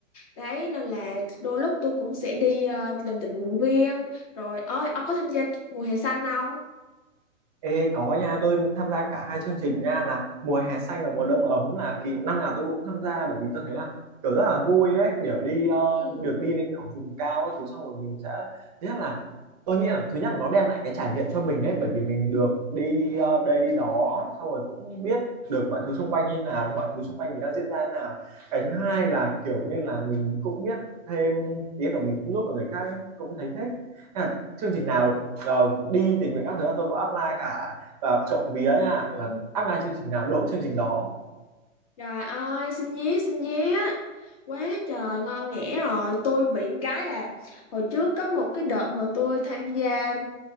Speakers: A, on the left; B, on the right.
A: đấy nên là đôi lúc tôi cũng sẽ đi ờ, làm tình nguyện viên rồi ơi ông có tham gia mùa hè xanh không
B: Ê, có nha tôi tham gia cả hai chương trình nha là mùa hè xanh và mùa đông ấm là kỳ năm nào tôi cũng tham gia bởi vì tôi thấy là kiểu rất là vui ấy kiểu đi ờ,
A: ừ.
B: được đi lên kiểu vùng cao các thứ xong rồi mình sẽ thứ nhất là tôi nghĩ là thứ nhất là nó đem lại cái trải nghiệm cho mình ấy bởi vì mình được đi ờ, đây đi đó xong rồi cũng biết được mọi thứ xung quanh như nào mọi thứ xung quanh mình đang diễn ra như nào cái thứ hai là kiểu như là mình cũng biết thêm ý là mình cũng giúp được người khác ấy, cũng thấy thích Thế là chương trình nào Ờ, đi tình nguyện các thứ là tôi có apply cả và trộm vía nha
A: Ừ.
B: là apply chương trình nào đỗ chương trình đó
A: Trời ơi, xin nhé, xin nhé. Quá trời, ngon nghẻ rồi. Tôi bị một cái là hồi trước có một cái đợt mà tôi tham gia